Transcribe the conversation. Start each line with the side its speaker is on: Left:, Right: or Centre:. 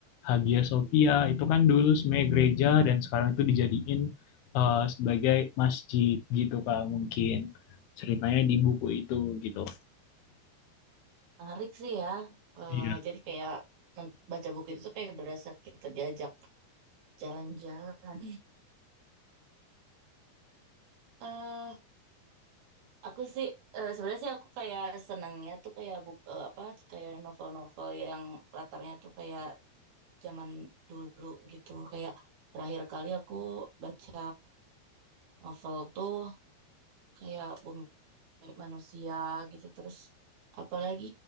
Left: Hagia Sophia itu kan dulu sebenarnya gereja dan sekarang itu dijadiin eh, sebagai masjid gitu kak mungkin ceritanya di buku itu gitu.
Right: Menarik sih ya. Eh,
Left: Iya.
Right: jadi kayak men- baca buku itu tuh kayak berasa kita diajak jalan-jalan. eh aku sih eh, sebenarnya sih aku kayak senangnya tuh kayak buk eh, apa kayak novel-novel yang latarnya tuh kayak zaman dulu gitu. Kayak terakhir kali aku baca novel tuh kayak Bumi Manusia gitu terus apalagi